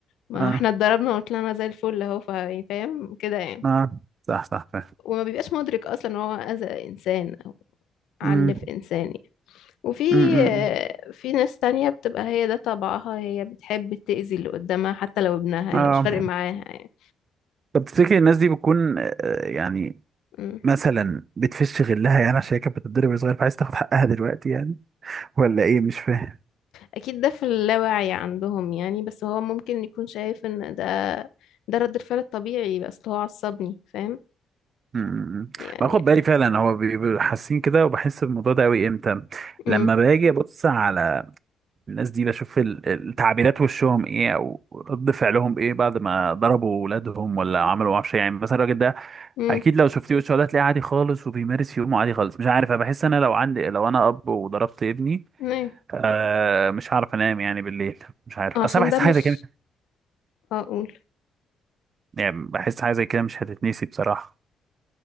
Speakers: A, on the left (about 80°); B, on the right (about 45°).
A: ما
B: اه
A: احنا اتضربنا وطلعنا زي الفل اهو فا- يعني فاهم كده يعني
B: اه صح صح فاهم
A: وما بيبقاش مدرك اصلا ان هو اذى انسان عنف
B: امم
A: إنسان يعني وفي
B: امم
A: في ناس تانية بتبقى هي ده طبعها هي بتحب تأذي اللي قدامها حتى لو ابنها
B: اه
A: هي مش فارق معاها يعني
B: طب تفتكر الناس دي بتكون آه، يعني
A: مم.
B: مثلا بتفش غلها يعني عشان هي كانت بتتضرب وهي صغير فعايز تاخد حقها دلوقتي يعني ولا ايه مش فاهم
A: أكيد ده في اللاوعي عندهم يعني بس هو ممكن يكون شايف إن ده ده رد الفعل الطبيعي بس هو عصبني فاهم
B: امم
A: يعني
B: باخد بالي فعلا هو بيبقوا حاسين كده وبحس بالموضوع ده قوي امتى
A: مم.
B: لما باجي ابص على الناس دي بشوف ال- التعبيرات وشهم ايه او رد فعلهم ايه بعد ما ضربوا ولادهم ولا عملوا معرفش إيه. يعني مثلا الراجل ده
A: مم.
B: اكيد لو شفتيه وشه ده تلاقيه عادي خالص وبيمارس يومه عادي خالص مش عارف انا بحس انا لو عندي لو انا اب وضربت ابني
A: أيوة.
B: آه مش هعرف انام يعني بالليل مش عارف
A: عشان
B: اصل أنا بحس
A: ده مش
B: حاجه زي كده
A: أقول
B: يعني بحس حاجه زي كده مش هتتنسي بصراحه